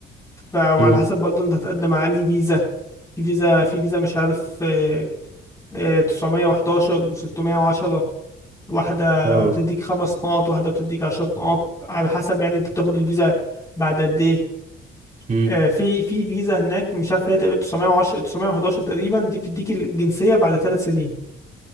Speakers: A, on the left; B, on the right.
A: ف... وعلى
B: امم
A: حسب برضه انت هتقدم على انهي فيزا في فيزا في فيزا مش عارف آه، آه، 911 و610 واحدة
B: اه
A: بتديك خمس نقط واحدة بتديك عشر نقط على حسب يعني انت بتاخد الفيزا بعد قد ايه
B: امم
A: آه، في في فيزا هناك مش عارف هي تقريبا 910 911 تقريبا دي بتديك الجنسية بعد ثلاث سنين